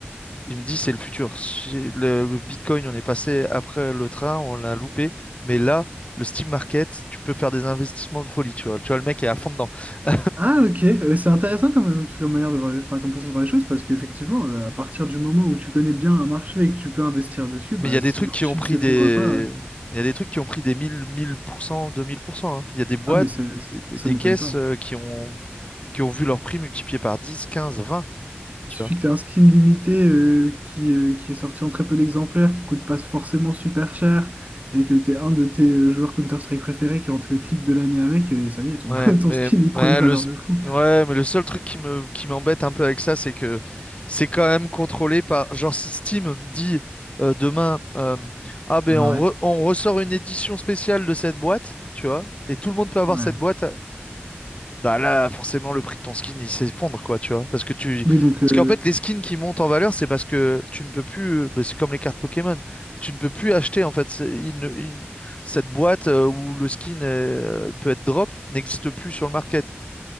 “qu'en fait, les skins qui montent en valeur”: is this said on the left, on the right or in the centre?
Left